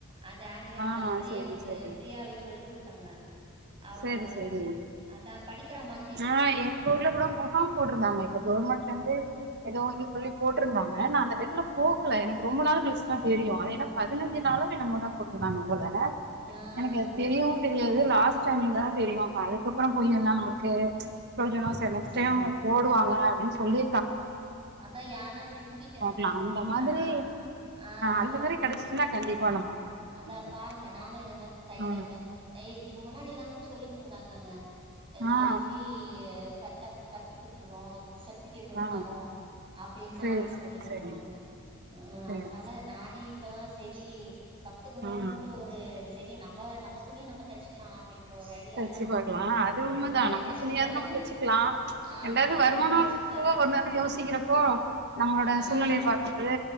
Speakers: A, on the right (about 25°); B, on the right (about 50°).
A: அந்த ஆண்டிகேப்ல
B: ஆ
A: வந்து
B: சரி
A: எனக்கு
B: சரி
A: ஃப்ரீயாவே சொல்லி குடுத்தாங்க அவங்க
B: சரி சரி
A: அதா படிக்கிற மா
B: ஆ எங்க ஊர்ல கூட மொ பார்ம் போட்ருந்தாங்க இப்ப கவுர்மெண்ட்ல இருந்து ஏதோ இது சொல்லி போட்ருந்தாங்க நா அந்த டத்துல
A: ம்
B: போகல எனக்கு ரொம்ப நாள் கழிச்சுதா தெரியு ஏன்னா பதினஞ்சு நாளு என்னமோதா போட்ருந்தாங்க போல
A: ஆ
B: எனக்கு தெரியவு தெரியாது லாஸ்ட் டைமிங்க தா தெரியு அப்ப அதுக்கப்பற போய் என்னான் நம்மக்கு ப்ரயோஜனம் நெக்ஸ்ட் டைம்
A: ம்
B: போடுவாங்க அப்டின் சொல்லி
A: அதா யாருன்னா ஃபிரெண்ட்ஸ் கிட்ட இந்த
B: பாக்கலா
A: மாரி சொன்னீங்கனா
B: அந்த மாதிரி
A: ஆ கொஞ்சோ
B: அந்த மாரி கெடச்சிச்சுன்னா கண்டிப்பா நம்ம இது
A: அதா
B: பண்றோ
A: பாருங்க நானு என்னான் சைட்ல
B: ஆ
A: இந்த ய் இதுக்கு முன்னாடில்லாங் கூட சொல்லிட்டு இருந்தாங்கங்க இந்த
B: ஆ ஆ
A: மாரி ஃப்ரீ கத்தா கத்து குடுத்துறோ சர்டிபிகேட்டோட
B: ஆ ஆ
A: தரோ அப்டின்லா
B: சேரி
A: அனவுஸ்
B: சேரி
A: பண்ணிட்டு
B: சேரி
A: இருந்தானுங்க ம்
B: சேரி
A: அதனால நானே இப்பதா செரி கத்துக்கணுன்ட்டு
B: சேரி ஆ
A: ஒரு செரி நம்ம நம்ப துணிய நம்ம தச்சு ம் அப்டின்ற ஒரு ஐடியால
B: தச்சு பாக்கலா அது உண்மதா
A: ம் ரெண்டு
B: நம்ம
A: சுடிதாரு
B: துணியாவது நம்ம தச்சுக்கலா
A: ஆமா
B: ரெண்டாவது வருமான
A: ரெண்டு மூணு சுடிதாரு
B: இருப்போ ஒரு நாது யோசிக்கிறப்போ நம்மளோட
A: ஆ
B: சூழ்நிலைய பாக்கு போது